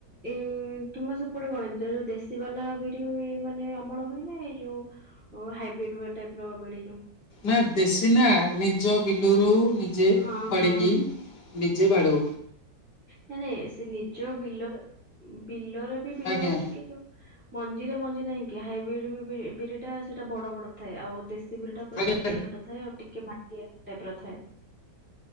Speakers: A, in the centre; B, on the left.
A: ଉଁ ତୁମେ ସେପଟେ ଗଣ ଯୋଉ ଦେଶୀ ବାଲା ବିରି ହୁଏ ମାନେ ଅମଳ ହୁଏ ମାନେ ଯୋଉ ହାଇବ୍ରିଡ ୱେ ଟାପ୍ର ବିଡି
B: ନା ଦେଶୀନା ନିଜ ବିଲୁରୁ ନିଜେ
A: ହଁ
B: ପାଡିକି
A: ହଁ
B: ନିଜେ ପାଡୁ
A: ନା-ନାଇ ସେ ନିଜ ବିଲ ବିଲର ବି ବିଲ
B: ଆଜ୍ଞା
A: ଅଛି କି ଯୋଉ ମଞ୍ଜି ରେ ମଞ୍ଜି ନାହିଁ କି ହାଇବିଡି ବି-ବିଡି ବିରି ଟା ସେଟା ବଡ-ବଡ ଥାଏ ଆଉ ଦେ ଶେ ବିରି ଟା ପୁରା
B: ଆଜ୍ଞା
A: ଛୋଟ ଛୋଟ ଥାଏ ଆଉ ଟିକେ ମାଟିଆ ଟାଇପ୍ ର ଥାଏ।